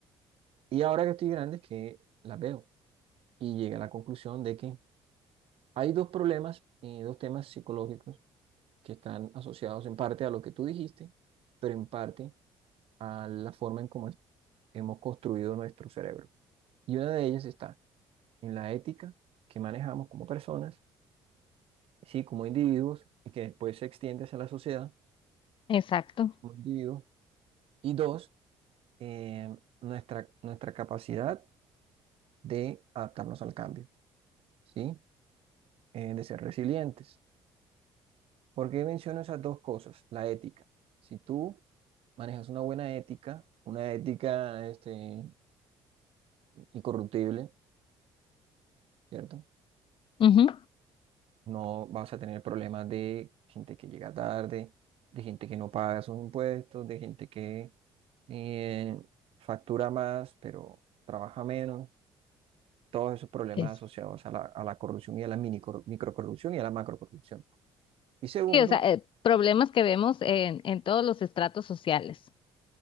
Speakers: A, on the right; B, on the left.
A: Y ahora que estoy grande es que las veo y llegué a la conclusión de que hay dos problemas, eh, dos temas psicológicos que están asociados en parte a lo que tú dijiste, pero en parte a la forma en cómo es- hemos construido nuestro cerebro. Y una de ellas está en la ética que manejamos como personas, sí, como individuos, y que después se extiende hacia la sociedad
B: Exacto.
A: como individuos. Y dos, eh, nuestra, nuestra capacidad de adaptarnos al cambio, ¿sí? Eh, de ser resilientes. ¿Por qué menciono esas dos cosas? La ética. Si tú manejas una buena ética, una ética este, incorruptible, ¿cierto?
B: Ujú,
A: No vas a tener problemas de gente que llega tarde, de gente que no paga sus impuestos, de gente que eh, factura más, pero trabaja menos. Todos esos problemas
B: es-
A: asociados a la, a la corrupción y a la mini corru- microcorrupción y a la macrocorrupción. Y segundo,
B: Sí, o sea, eh, problemas que vemos en, en todos los estratos sociales.